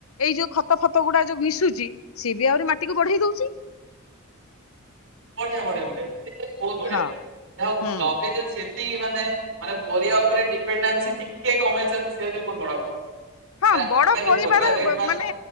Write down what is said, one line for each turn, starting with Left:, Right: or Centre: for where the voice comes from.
Left: ଏଇ ଯୋଉ ଖତ ଫତ ଗୁଡ଼ା ଯୋଉ ମିଶୁଚି, ସିଏ ବି ଆହୁରି ମାଟିକୁ ବଢେଇ ଦଉଚି।
Right: ବଢିଆ ବଢିଆ ବଢିଆ, ସେ ବହୁତ ବଢିଆ,
Left: ହଁ
Right: ଯାହାହଉ
Left: ହୁଁ
Right: ଲଗେଇଚନ୍ତି ସେ ନ୍ତି ମାନେ, ମାନେ ପରିବା ଉପରେ ଡିପେଡେନ୍ସି ଟିକେ କମେଇଚନ୍ତି, ସେଇଟା ବି ବହୁତ ବଡ କଥା।
Left: ହଁ,
Right: ଆଜିକାଲି
Left: ବଡ଼ ପରିବାର
Right: ପରିବା ରେଟ୍
Left: ମାନେ